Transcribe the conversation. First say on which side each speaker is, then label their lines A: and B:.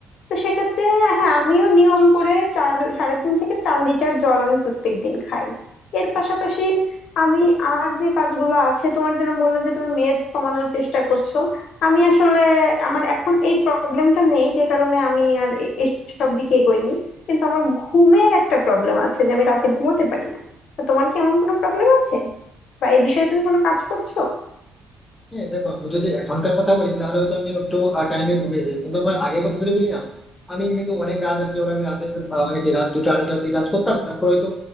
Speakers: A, on the left; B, on the left.
A: তো সেক্ষেত্রে হ্যাঁ আমিও নিয়ম করে চার সাড়ে তিন থেকে চার লিটার জল আমি প্রত্যেক দিন খাই এর পাশাপাশি আমি আর যে কাজগুলো আছে তোমার যেরকম বললে যে তুমি মেদ কমানোর চেষ্টা করছো আমি আসলে আমার এখন এই প্রবলেমটা নেই যে কারণে আমি আর এ- এসব দিকে এগোইনি কিন্তু আমার ঘুমের একটা প্রবলেম আছে যে আমি রাতে ঘুমোতে পারি না তো তোমার কি এমন কোনো প্রবলেম আছে বা এই বিষয়ে তুমি কোনো কাজ করছো
B: হ্যাঁ দেখো আমি যদি এখনকার কথা বলি তাহলে হয়তো আমি একটু টাইমে ঘুমিয়ে যাই কিন্তু আমার আগের কথা যদি বলি না আমি কিন্তু অনেক রাত আছে যেগুলো আমি রাতে আহ, মানে কি রাত দুটো আড়াইটা অব্দি কাজ করতাম তারপর হয়তো